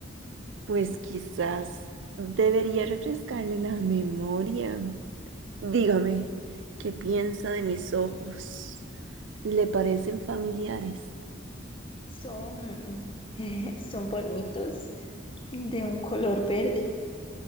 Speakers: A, on the right; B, on the left.
A: Pues quizás debería refrescarle la memoria. Dígame, ¿qué piensa de mis ojos? ¿Le parecen familiares?
B: Son, <laughs> son bonitos de un color verde,